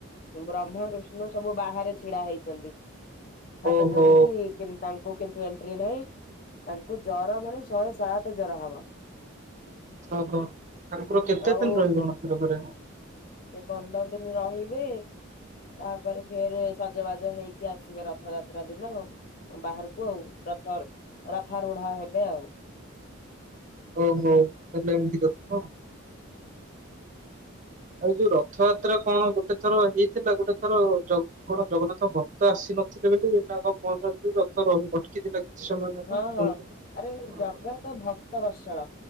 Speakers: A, on the left; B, on the right.
A: ବ୍ରହ୍ମା ବିଷ୍ଣୁ ସବୁ ବାହାରେ ଛିଡା ହେଇଛନ୍ତି। ହାତ
B: ଓହୋ
A: ଯୋଡିକି। ତାଙ୍କୁ କିନ୍ତୁ ଏଣ୍ଟ୍ରି ନାହିଁ ତାଙ୍କୁ ଜ୍ୱର ମାନେ ଶହେ ସାତ ଜର ହବ
B: ହ ହ ଠାକୁର କେତେ
A: ଆଉ
B: ଦିନ ରହିବେଣସର ଘରେ।
A: ସେ ପନ୍ଦର ଦିନ ରହିବେ। ତାପରେ ଫେର ସଜବାଜ ହେଇକି ଆସିବେ ରଥଯାତ୍ରା ଦିନ। ବାହାରକୁ ଆଉ ରଥ ରଥା ରୂଢ ହେବେ ଆଉ।
B: ଓହୋ ତାଲେ ଏମିତି କଥା ହ। ଆଉ ଯୋଉ ରଥଯାତ୍ରା କଣ ଗୋଟେ ଥର ହେଇଥିଲା ଗୋଟେ ଥର ଜ କଣ ଜଗନ୍ନାଥ ଭକ୍ତ ଆସିନଥିଲେ ବୋଲି <unintelligible> ପହଞ୍ଚିନଥିଲୁ ରଥ ରହି ଅଟକିଥିଲା। ସେମାନେ
A: ହଁ
B: ତ ଶୁଣିଛନ୍ତି।
A: ହଁ ଆରେ ଜଗା ତ ଭକ୍ତ ବର୍ଷଳ